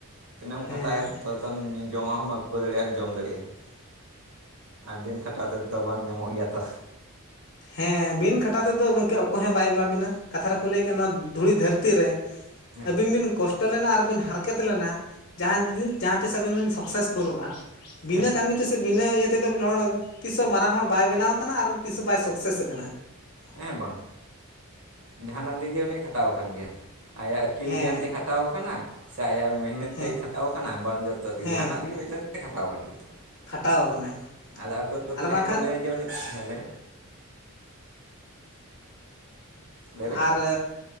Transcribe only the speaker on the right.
ᱛᱤᱱᱟᱹᱜ ᱮᱢ
ᱠᱷᱟᱴᱟᱜᱼᱟ ᱛᱚ ᱛᱟᱢ ᱡᱚᱢᱟᱜ ᱦᱚᱢ ᱟᱹᱜᱩ ᱫᱟᱲᱮᱭᱟᱜᱼᱟᱢ ᱡᱚᱢ ᱫᱟᱲᱮᱭᱟᱜᱼᱟ ᱾ ᱟᱨ ᱵᱤᱱ ᱠᱷᱟᱴᱟᱣ ᱛᱮᱫᱚ ᱵᱟᱝ ᱧᱟᱢᱚᱜ ᱜᱮᱭᱟ ᱛᱚ ᱾
ᱦᱮᱸ
ᱦᱮᱸ
ᱦᱮᱸ ᱵᱟᱝ ᱾ ᱡᱟᱦᱟᱱᱟᱜ ᱫᱤᱜ ᱜᱮ ᱩᱱᱤᱭ ᱠᱷᱟᱴᱟᱣ ᱟᱠᱟᱱ ᱜᱮᱭᱟ, ᱟᱭᱟᱜ ᱟᱹᱠᱤᱞ
ᱜᱮᱭᱟᱱ ᱛᱮ ᱠᱷᱟᱴᱟᱣ ᱟᱠᱟᱱᱟ, ᱥᱮ ᱟᱭᱟᱜ ᱢᱮᱦᱱᱚᱛ
ᱛᱮᱭ ᱠᱷᱟᱴᱟᱣ ᱠᱟᱱᱟ, ᱵᱟᱝ ᱡᱚᱛᱚ ᱛᱮᱜᱮ
ᱡᱟᱦᱟᱱᱟᱜ ᱛᱮᱜᱮ ᱢᱤᱫᱴᱮᱱ ᱛᱮᱭ ᱠᱷᱟᱴᱟᱣ ᱠᱟᱱ ᱜᱮᱭᱟ
᱾ ᱟᱫᱚ ᱟᱠᱚ ᱠᱚ
ᱡᱟᱦᱟᱸᱭ
ᱠᱚ ᱞᱟᱹᱭᱟ ᱡᱮ ᱩᱱᱤ ᱦᱮᱸ ᱞᱟᱹᱭ ᱢᱮ ᱞᱟᱹᱭ ᱵᱮᱱ